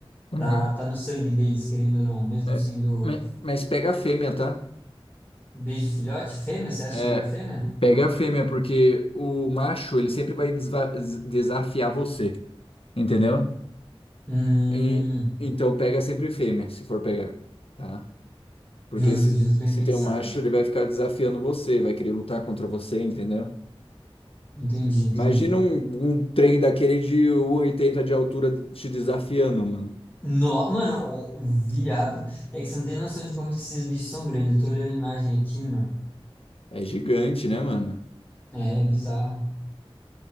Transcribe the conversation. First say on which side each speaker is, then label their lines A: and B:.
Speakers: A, on the left; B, on the left.
A: Uhum.
B: tá, tá no sangue deles, querendo ou não, mesmo
A: É,
B: sendo
A: mas, mas pega a fêmea, tá?
B: desde filhote, fêmea, você acha
A: É,
B: melhor fêmea?
A: pega a fêmea, porque o macho, ele sempre vai desva- des- desafiar você, entendeu?
B: Hum,
A: E- então pega sempre fêmea, se for pegar, tá? Porque
B: justo,
A: se,
B: justo, bem
A: se
B: pensado.
A: tem um macho, ele vai ficar desafiando você, vai querer lutar contra você, entendeu?
B: Entendi, entendi.
A: Imagina um, um trem daquele de um e oitenta de altura te desafiando, mano.
B: No, mano, o, o viado, é que você não tem noção de como que esses bichos são grandes. Eu tô olhando a imagem aqui, mano.
A: É gigante, né, mano?
B: É bizarro.